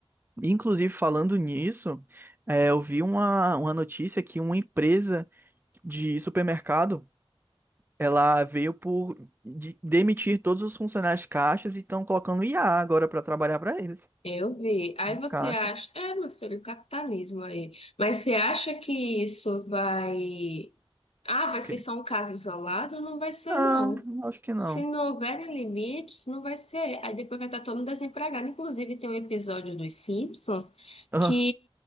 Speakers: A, on the right; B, on the left.
A: inclusive falando nisso, é, eu vi uma, uma notícia que uma empresa de supermercado, ela veio por de- demitir todos os funcionários de caixas e estão colocando IA agora para trabalhar para eles,
B: Eu vi. Aí
A: nos
B: você
A: caixas.
B: acha, é, meu filho, capitalismo aí. Mas você acha que isso vai, ah, vai
A: Ok.
B: ser só um caso isolado? Não vai ser,
A: Não,
B: não.
A: acho que
B: Se
A: não.
B: não houverem limites, não vai ser. Aí depois vai estar todo mundo desempregado. Inclusive, tem um episódio dos Simpsons
A: <laughs>
B: que